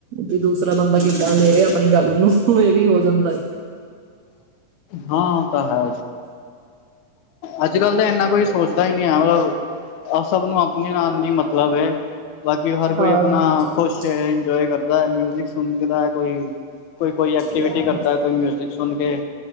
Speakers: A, on the right (about 85°); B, on the left (about 75°).
A: ਵੀ ਦੂਸਰਾ ਬੰਦਾ ਕਿੱਦਾਂ ਲੈ ਰਿਹਾ ਆਪਣੀ ਗੱਲ ਨੂੰ। ਇਹ ਵੀ ਹੋ ਜਾਂਦਾ ਹੈ
B: ਹਾਂ ਉਹ ਤਾਂ ਹੈ। ਅੱਜ ਕੱਲ ਤਾਂ ਇੰਨਾ ਕੋਈ ਸੋਚਦਾ ਹੀ ਨੀ ਐ ਮਲਬ, ਅ ਸਭ ਨੂੰ ਆਪਣੇ ਨਾਲ ਨ ਮਤਲਬ ਏ। ਬਾਕੀ ਹਰ ਕੋਈ
A: ਹਾਂਜੀ
B: ਆਪਣਾ ਖੁਸ਼ ਏ ਇੰਜੋਏ ਕਰ ਦਾ ਮਿਊਜ਼ਿਕ ਸੁਗ ਦੈ ਕੋਈ, ਕੋਈ ਐਕਟੀਵਿਟੀ
A: ਕਿਆ
B: ਕਰਦਾ ਕੋਈ ਮਿ ਦੇਖ ਸੁਣ ਕੇ,